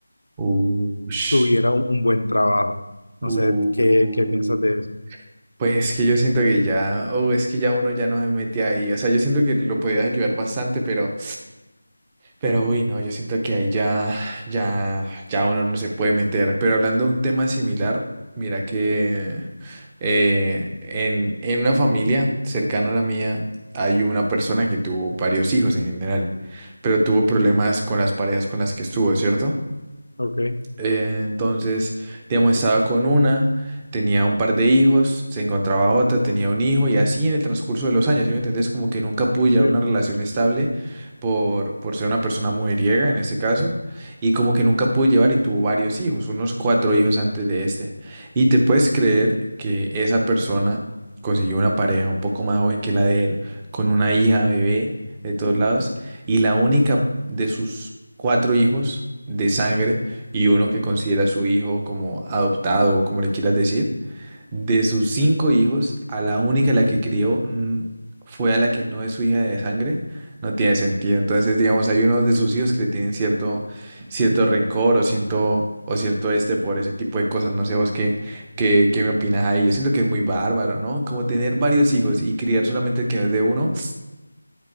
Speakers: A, on the right; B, on the left.
A: uh, ush,
B: tuviera un, un buen trabajo.
A: uh,
B: No sé, ¿qué,
A: uh.
B: qué piensas de eso?
A: Pues que yo siento que ya, oh, es que ya uno ya no se mete ahí. O sea, yo siento que lo podías ayudar bastante, pero, pero uy, no, yo siento que ahí ya, ya, ya uno no se puede meter. Pero hablando de un tema similar, mira que eh, en, en una familia cercana a la mía hay una persona que tuvo varios hijos en general, pero tuvo problemas con las parejas con las que estuvo, ¿cierto?
B: Ok,
A: Eh, entonces, digamos, estaba con una, tenía un par de hijos, se encontraba otra, tenía un hijo y así en el transcurso de los años, ¿sí me entendés? Como que nunca pude
B: sí.
A: llevar una relación estable por, por ser una persona mujeriega en este caso y como que nunca pude llevar y tuvo varios hijos, unos cuatro hijos antes de este. Y te puedes creer que esa persona consiguió una pareja un poco más joven que la de él, con una hija, bebé, de todos lados, y la única de sus cuatro hijos de sangre, y uno que considera a su hijo como adoptado o como le quieras decir, de sus cinco hijos, a la única a la que crió mm, fue a la que no es su hija de sangre, no tiene sentido. Entonces, digamos, hay unos de sus hijos que le tienen cierto, cierto rencor o cierto, o cierto este por ese tipo de cosas. No sé vos qué, qué, qué me opinas ahí. Yo siento que es muy bárbaro, ¿no? Como tener varios hijos y criar solamente el que no es de uno.